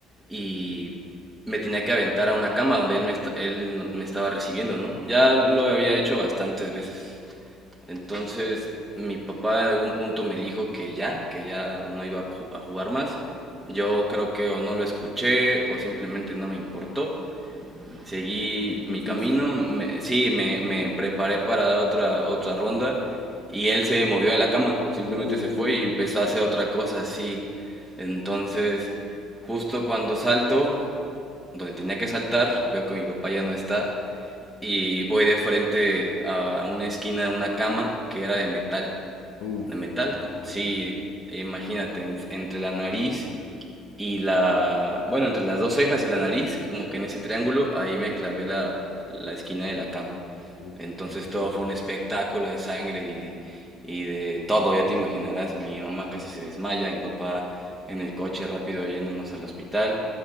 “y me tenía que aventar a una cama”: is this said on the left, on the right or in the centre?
Centre